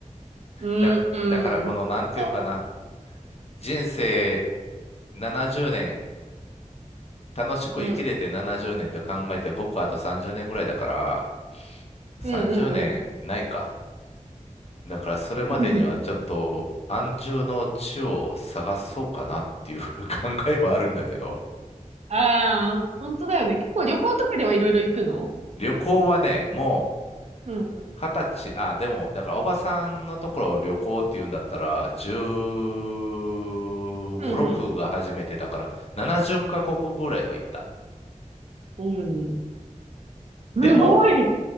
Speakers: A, on the right; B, on the left.
A: うん、
B: だ、
A: うん、
B: だからこの、なんていうんかな。
A: そ
B: 人生70年、楽しく生きれて70年って考えて、
A: う、うん、
B: 僕あと30年ぐらいだから、30年ないか。
A: うん、うん、
B: だからそれまでにはちょっと安住の地を探そうかなっていう
A: うん。
B: <laughs> 考えはあるんだけど、
A: ああ、本当だよね。結構旅行とかではいろいろ行くの
B: 旅行はね、もう
A: うん。
B: 二十歳、あ、でも、だからおばさんのところを旅行っていうんだったら、15、
A: うん、
B: 6が初めてだから、70カ国ぐらいは行った。
A: うん。うん。
B: でも、
A: すごい